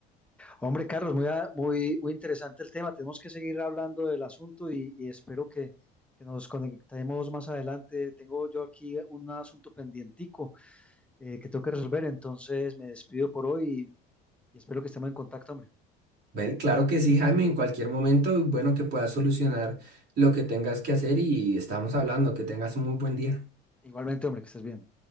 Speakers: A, in the centre; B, on the right.
A: Hombre, Carlos, muy, a- muy, muy interesante el tema. Tenemos que seguir hablando del asunto y, y espero que, que nos conectemos más adelante. Tengo yo aquí un asunto pendientico eh, que tengo que resolver, entonces me despido por hoy y, y espero que estemos en contacto, hombre.
B: Bueno, claro que sí, Jaime, en cualquier momento, bueno, que puedas solucionar lo que tengas que hacer y estamos hablando, que tengas un muy buen día.
A: Igualmente, hombre, que estés bien.